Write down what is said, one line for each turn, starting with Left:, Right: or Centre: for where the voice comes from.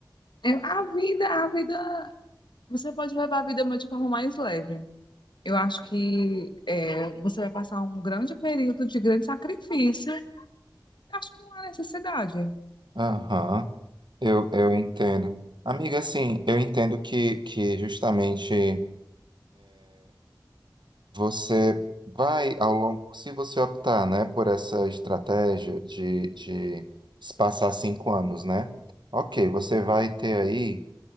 Left: eu- a vida, a vida, você pode levar a vida de forma mais leve. Eu acho que é, você vai passar um grande período de grande sacrifício. Eu acho que não há necessidade.
Right: Aham, eu, eu entendo. Amiga, assim, eu entendo que, que justamente. Você vai ao longo, se você optar, né, por essa estratégia de, de se passar cinco anos, né? Ok, você vai ter aí,